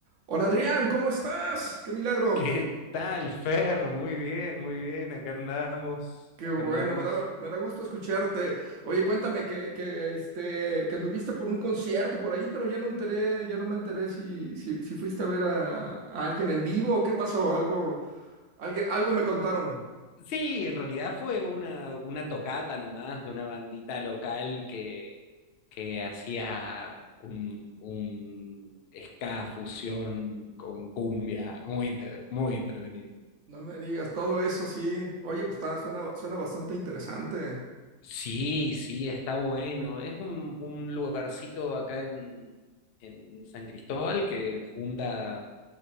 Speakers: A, on the right (about 60°); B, on the left (about 75°).
A: Hola Adrián, ¿cómo estás? ¡Qué milagro!
B: ¿Qué tal, Fer? Muy bien, muy bien. Acá andamos,
A: Qué
B: acá
A: bueno,
B: andamos.
A: me da, me da gusto escucharte. Oye, cuéntame que, que, este, que anduviste por un concierto por ahí, pero ya no enteré, ya no me enteré si, si, si fuiste a ver a, a alguien en vivo o qué pasó, algo, algue- algo me contaron.
B: Sí, en realidad fue una, una tocata nomás de una bandita local que, que hacía un, un ska fusión con cumbia, muy, entre- muy entretenido.
A: No me digas, todo eso sí. Oye, pues está, suena, suena bastante interesante.
B: Sí, sí, está bueno. Es un, un lugarcito acá en, en San Cristóbal que junta